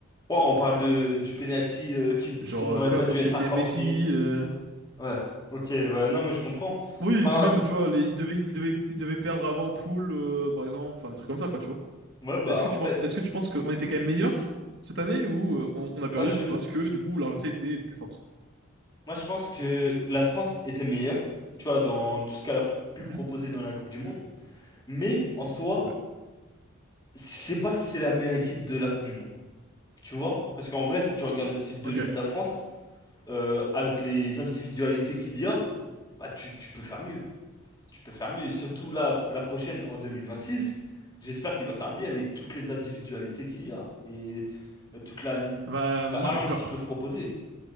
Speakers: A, on the left; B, on the right.
A: Ouais, on parle de, du penalty euh, qui,
B: genre,
A: qui n'aurait
B: euh, comme
A: pas dû
B: c'était
A: être accordé.
B: Messi... euh,
A: Ouais. Ok, ouais, non, mais je comprends.
B: Oui,
A: Bah,
B: et puis même, tu vois, les- ils devaient, ils devaient, ils devaient perdre avant en poule, euh, par exemple, enfin des trucs comme ça, quoi, tu vois.
A: ouais, bah,
B: Est-ce que
A: en
B: tu
A: fait,
B: penses, est-ce que tu penses qu'on était quand même meilleur cette année ou euh, on, on a
A: moi,
B: perdu
A: je,
B: parce que du coup l'Argentine était plus forte?
A: moi, je pense que la France était meilleure, tu vois, dans tout ce qu'elle a pu
B: Mhm.
A: proposer dans la Coupe du Monde. Mais, en soi,
B: Ouais.
A: je sais pas si c'est la meilleure équipe de la Coupe du Monde. Tu vois? Parce qu'en vrai, si tu regardes le style de
B: Ok.
A: jeu de la France, euh, avec les individualités qu'il y a, bah tu, tu peux faire mieux. Tu peux faire mieux. Et surtout là, la prochaine, en 2026, j'espère qu'il va faire mieux avec toutes les individualités qu'il y a. Et euh, toute la, toute
B: Bah, moi,
A: la hargne
B: j'ai peur.
A: qu'ils peuvent proposer.